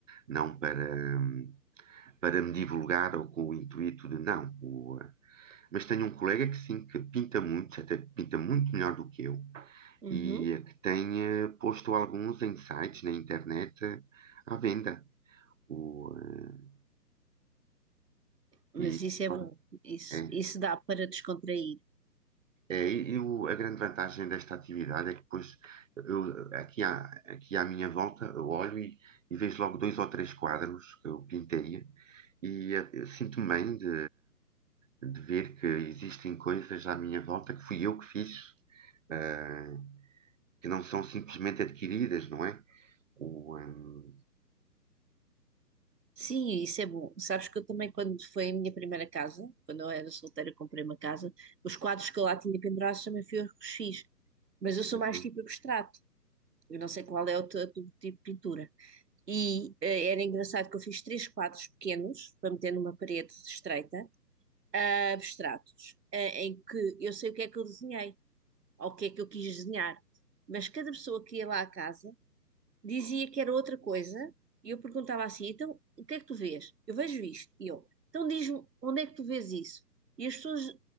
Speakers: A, on the right (about 50°); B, on the right (about 75°).
A: não para, hum, para me divulgar ou com o intuito de não. o, ah, mas tenho um colega que sim, que pinta muito, até que pinta muito melhor do que eu,
B: Uhum.
A: e ah, que tem ah, posto alguns em sites na internet ah, à venda. O, ah,
B: Mas
A: e,
B: isso
A: claro,
B: é bom. Isso,
A: é,
B: isso dá para descontrair.
A: É, e e o- a grande vantagem desta atividade é que depois eu, aqui, à, aqui à minha volta eu olho e, e vejo logo dois ou três quadros que eu pintei e eh, eu sinto-me bem de, de ver que existem coisas à minha volta que fui eu que fiz, eh, que não são simplesmente adquiridas, não é? O, ehm,
B: Sim, isso é bom. Sabes que eu também, quando foi a minha primeira casa, quando eu era solteira, comprei uma casa, os quadros que eu lá tinha pendurados também fui eu que os fiz. Mas eu sou
A: uhum,
B: mais tipo abstrato. Eu não sei qual é o teu, teu tipo de pintura. E eh, era engraçado que eu fiz três quadros pequenos para meter numa parede estreita, abstratos, eh, em que eu sei o que é que eu desenhei, ou o que é que eu quis desenhar. Mas cada pessoa que ia lá à casa dizia que era outra coisa, e eu perguntava assim: então, o que é que tu vês? Eu vejo isto. E eu, então diz-me, onde é que tu vês isso? E as pessoas